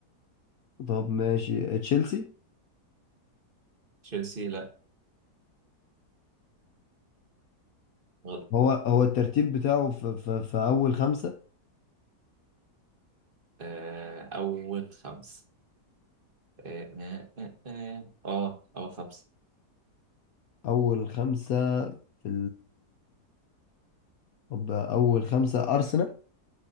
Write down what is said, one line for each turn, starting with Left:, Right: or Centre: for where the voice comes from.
Left: طب ماشي تشيلسي
Right: تشيلسي لا غلط
Left: هو هو الترتيب بتاعه في, في, في اول خمسة
Right: آه اول خمس اه اه اه, آه. آه، اول خمس
Left: اول خمسة في طب اول خمسة ارسنال